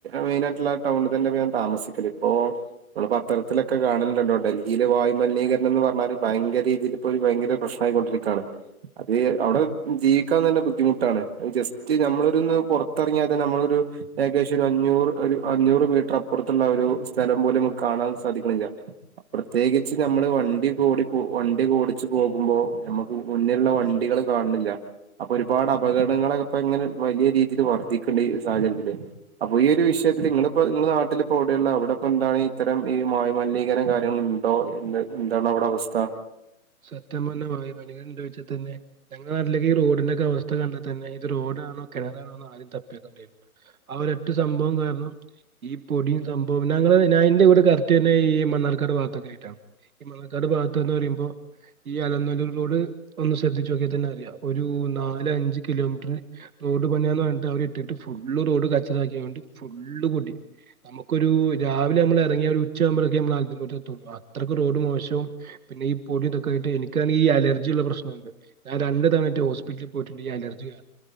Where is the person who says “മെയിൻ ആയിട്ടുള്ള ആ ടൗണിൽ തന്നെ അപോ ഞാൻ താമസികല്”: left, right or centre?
Right